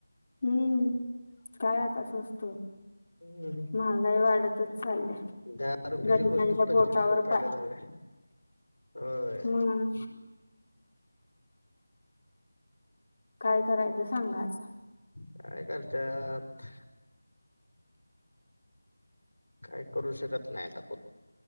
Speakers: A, on the left; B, on the left.
A: हम्म काय आता स्वस्त.
B: हम्म.
A: महागाई वाढतच चालल्या.
B: दहा रुपयची
A: गरिबांच्या
B: गोष्ट पंचवीस
A: पोटावर
B: रुपयला
A: पाय
B: झाल्या. होय
A: मग काय करायचं सांगा आता.
B: काय करत्यात काय करू शकत नाय आता कोण.